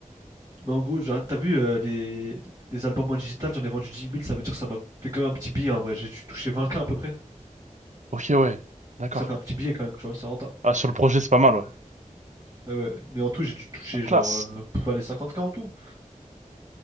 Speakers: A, on the right; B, on the right.
A: mais en gros, genre, t'as vu euh, les, les albums en digital, j'en ai vendu dix mille ça veut dire que ça m'a fait quand même un petit billet en vrai. J'ai touché vingt k à peu près.
B: Ok, ouais. D'accord.
A: Ça fait un petit billet quand même, tu vois, ça rend
B: Ah, sur le projet, c'est pas mal, ouais.
A: Ah ouais, mais en tout, j'ai dû toucher
B: La classe.
A: genre euh, pas les 50K en tout.